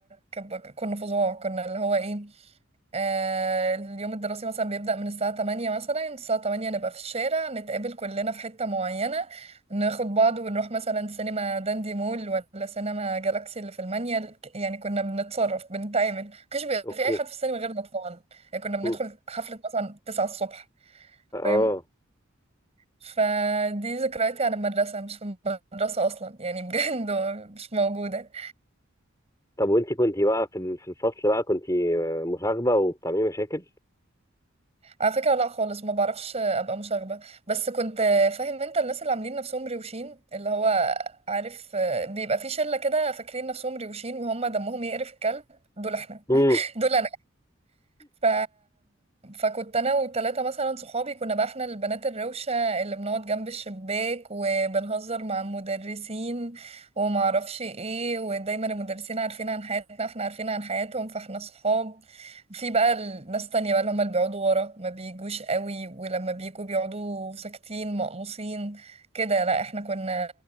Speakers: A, on the right; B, on the left.
A: كب- كنا فظاع كنا اللي هو ايه آه اليوم الدراسي مثلا بيبدأ من الساعة 8 مثلا الساعة 8 نبقى في الشارع نتقابل كلنا في حتة معينة ناخد بعض ونروح مثلا سينما داندي مول ولا سينما جالاكسي اللي في المانيال ك- يعني كنا بنتصرف بنتعامل مكانش بيبقى
B: اوكي
A: في اي حد في السينما غيرنا طبعا يعني كنا بندخل
B: مم.
A: حفلة مثلا 9 الصبح
B: اه
A: فاهم فدي ذكرياتي عن المدرسة مش في المدرسة أصلا يعني بجد <laughs> مش موجودة
B: طب وانتي كنتي بقى في ال- في الفصل بقى كنتي آه، مشاغبة وبتعملي مشاكل
A: على فكرة لا خالص ما بعرفش ابقى مشاغبة بس كنت فاهم انت الناس اللي عاملين نفسهم روشين اللي هو عارف بيبقى في شلة كده فاكرين نفسهم روشين وهم دمهم يقرف الكلب دول احنا
B: امم
A: <laughs> دول ف... فكنت انا وثلاثه مثلا صحابي كنا بقى احنا البنات الروشه اللي بنقعد جنب الشباك وبنهزر مع المدرسين وما اعرفش ايه ودايما المدرسين عارفين عن حياتنا احنا عارفين عن حياتهم فاحنا صحاب في بقى الناس تانية بقى اللي هم اللي بيقعدوا ورا ما بيجوش قوي ولما بيجوا بيقعدوا ساكتين مقموصين كده لا احنا كنا